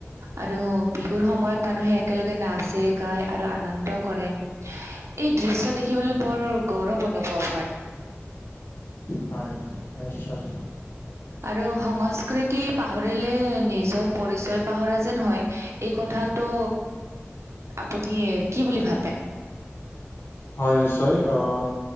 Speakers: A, on the right; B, on the left.
A: আৰু বিহুৰ সময়ত মানুহে একেলগে নাচে গাই। আৰু আনন্দ কৰে, এই দৃশ্য দেখিবলৈ বৰ গৌৰৱ অনুভৱ হয়।
B: হয়, নিশ্চয়।
A: আৰু সংস্কৃতি পাহৰিলে নিজৰ পৰিচয় পাহৰা যেন হয়। এই কথাটো আপুনি কি বুলি ভাবে?
B: হয় নিশ্চয়, অঁ'।